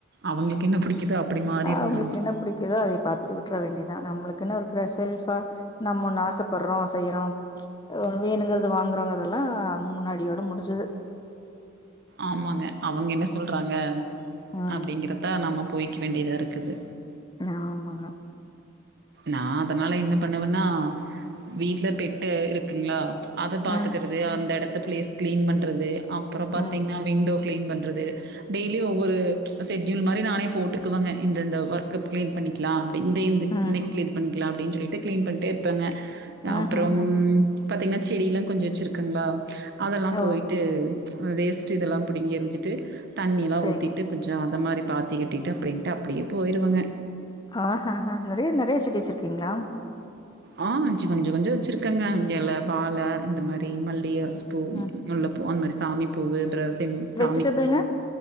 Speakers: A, on the right (about 55°); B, on the left (about 20°).
A: அவங்களுக்கு என்ன பிடிக்குதோ அப்படி மாறிருவோம்
B: அவுங்களுக்கு
A: நம்ம.
B: என்ன பிடிக்குதோ அத பாத்துட்டு விட்டர வேண்டியதா நம்மளுக்கு இருக்குன்னு இருக்கிற செல்ஃபா நம்ம ஒன்னு ஆச போடுறோ செய்யுறோ வேணுங்குறது வாங்குறோங்கதெல்லா முன்னாடியோட முடிஞ்சுது
A: ஆமாங்க அவுங்க என்ன சொல்றாங்க
B: ம்
A: அப்டீங்கறப்ப நம்ம போய்க்க வேண்டியதா இருக்குது
B: ஆ ஆமாங்க
A: நா அதனால என்ன பண்ணுவன்னா வீட்ல பெட்டு இருக்குங்ளா அத பாத்துக்குறது
B: ம்
A: அந்த இடத்த பிளேஸ் கிளீன் பண்றது அப்றோ பாத்திங்னா
B: ம்
A: விண்டோ கிளீன் பண்றது டெய்லி ஒவ்வொரு ஷெட்யூல் மாரி நானே போட்டுக்குவங்க இந்த இந்த வொர்க் கிளீன் பண்ணிக்கலா அப்டின்னு இன்னைக்கு
B: ம்
A: க்ளீன் பண்ணிக்ளா அப்டின்னு சொல்லிட்டு கிளீன் பண்ட்டே இருப்பேங்க.
B: ம்ஹ்ஹ்ம்
A: அப்றோம் பாத்தீங்கனா செடில கொஞ்சோ வச்சிருக்குங்களா அதெல்லா
B: ஓ
A: போயி்ட்டு வேஸ்டு இதெல்லா புடிங்கி எருஞ்சிட்டு தண்ணி எல்லா
B: சரிங்க
A: ஊத்திட்டு கொஞ்சோ இந்த மாரி பாத்திக்கட்டிட்டு அப்டின்ட்டு அப்டியே போயிடுவங்க
B: ஆஹ்ஹ்ஹ் நெறய நெறய செடி வெச்சிருக்கீங்ளா.
A: ஆ கொஞ்சோ கொஞ்சோ வச்சிருக்கேங்க இல வாழா இந்த மாரி மல்லிகே குஷ்பூ
B: ம்
A: முல்லப்பூ அந்தமாரி சாமி பூவு ரசிம்
B: வெஜிடபிள்ங்க
A: சாமிக்கி